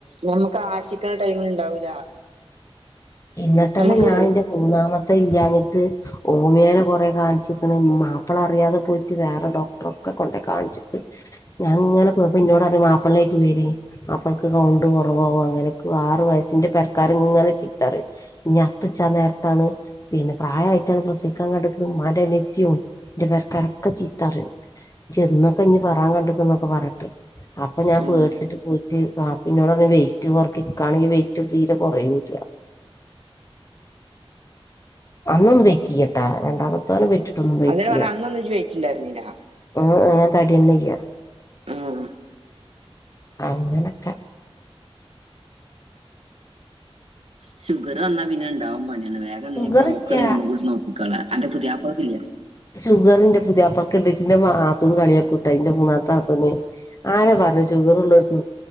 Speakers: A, on the right; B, on the left.
A: ഞമ്മക്ക് ആശിക്കുന്ന ടൈമ് ഇണ്ടാവൂല.
B: എന്നിട്ടന്നെ
A: നമുക്ക്
B: ഞാനെന്റെ മൂന്നാമത്തെ ഇല്ലാഞ്ഞിട്ട്. ഹോമിയോനെ കൊറെ കാണിച്ചിരിക്കണ്. മാപ്പിള അറിയാതെ പോയിട്ട്. വേറെ ഡോക്ടർൊക്കെ കൊണ്ടേ കാണിച്ചിക്ണ്. ഞാൻ ഇങ്ങനെ പോയപ്പോ ഇന്നോട്റയ മാപ്പിള ആയിട്ട് വര് മാപ്പിളക്ക് കൗണ്ട് കുറവാവും അങ്ങനെക്കെ വാറും- വയസ്സിൻ്റെ പരക്കാർ ഇങ്ങനെ ചെയ്യ്- റ് നട്ടുച്ച നേരത്താണ് പിന്നെ പ്രായ ആയിട്ടുള്ള <unintelligible> എന്റെ പെരക്കാരൊക്കെ ചീത്ത പറയും. ഇജ്ജ് എന്നുക്കും ഇനി പെറാൻ കണ്ടേക്കുന്നു എന്ന് പറഞ്ഞിട്ട് അപ്പൊ ഞാൻ
A: ഉം
B: പേടിച്ചട്ട് പോയിട്ട് <unintelligible> പറഞ്ഞു വെയിറ്റ് കൊറക്ക് എനിക്കാണെങ്കി വെയിറ്റ് തിരെ കൊറയുന്നും ഇല്ല. വണ്ണം വെയ്ക്കിയേട്ടാ രണ്ടാമത്തോനെ പെറ്റ് ഇപ്പം വെയിറ്റെയ്യാ
A: അങ്ങനെ പറഞ്ഞ അന്നൊന്നും ഇജ്ജ് വെയിറ്റ് ഉണ്ടായിരുന്നില്ല
B: <unintelligible> തടിയൊന്നുയില്ലാ.
A: ഉം
B: അങ്ങനൊക്കെ
A: ഷുഗറ് വന്നാ പിന്നെ ഒണ്ടാവും പണി വേഗം ഇനി
B: ഷുഗറില്ല
A: നോക്കുണെ ഒന്നുകൂടി നോക്കിക്കോള അന്റെ പുതിയാപ്ലയ്ക്കില്ലേ?
B: ഷുഗറുണ്ട്. പുതിയാപ്ലക്ക് ഉണ്ട്. പിന്നെ നാത്തൂൻ കളിയാക്കും എന്റെ മൂന്നാമത്തെ നാത്തൂന്. ആരാ പറഞ്ഞേ ഷുഗറുള്ളവർക്ക്